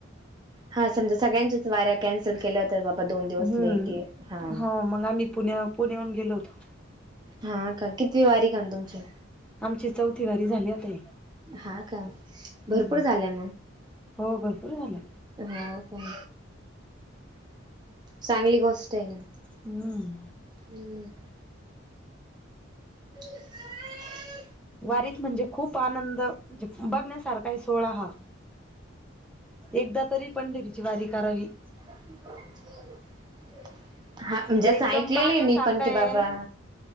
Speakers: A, on the right; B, in the centre.
A: हां समजां सगळ्यांच्याच वाऱ्यां कॅन्सल केल्यां होतं बाबां दोन दिवसं
B: हम्म
A: लेटी हां
B: हो मंगा मी पुण्यां पुण्यांहूंन गेलो होतो
A: हां कां कितवी वारी कांल तुमची
B: आमची चौथी वारी झाली आंता ही
A: हा का
B: हम्मं
A: भरपूर झाल्या
B: हो भरंपूर झालं
A: हां कां चांगली गोष्टं आहे नां
B: हम्मं
A: हम्मं <unintelligible>
B: वारीक म्हणजे खूंप आनंदे बघण्यांसारखांही सोळां हां एकदां तरी पंढरीची वारी करावी
A: <unintelligible> हां
B: म्हणजे
A: जसं
B: एकदम
A: ऐकलेले
B: पाहण्यासारखा
A: आहे मी पणं
B: आहे
A: की बाबां